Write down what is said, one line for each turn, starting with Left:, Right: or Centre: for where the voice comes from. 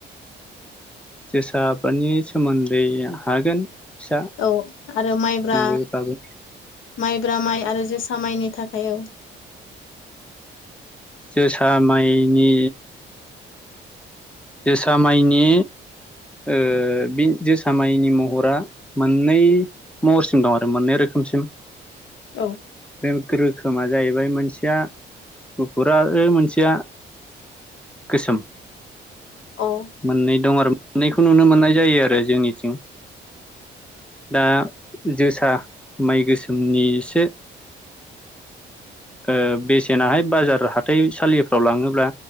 Centre: जोसा आबादनि सोमोन्दै हागोन फिसा
Left: औ आरो माइब्रा
Centre: सुंद'यैब्लाबो
Left: माइब्रा माइ आरो जोसा माइनि थाखाय औ
Centre: जोसा माइनि जोसा माइनि ओ बिन जोसा माइनि महरा मोननै महरसिम दं आरो मोननै रोखोमसिम
Left: औ
Centre: <unintelligible> रोखोमा जाहैबाय मोनसेया गुफुर आरो मोनसेया गोसोम
Left: औ
Centre: मोननै दं आरो मोननैखौ नुनो मोननाय जायो आरो जोंनिथिं दा जोसा माइ गोसोमनि एसे ओ बेसेनाहाय बाजार हाथाइसालिफ्राव लाङोब्ला